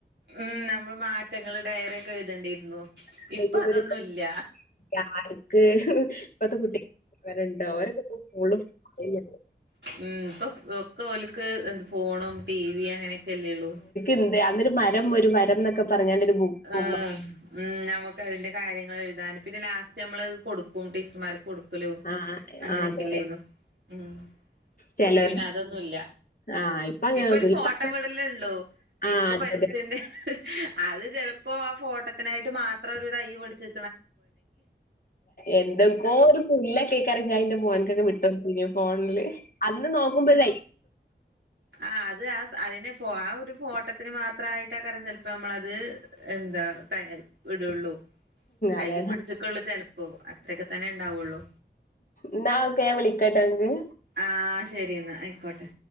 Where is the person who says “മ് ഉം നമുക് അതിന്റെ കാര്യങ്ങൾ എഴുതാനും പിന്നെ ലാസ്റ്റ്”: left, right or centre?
Right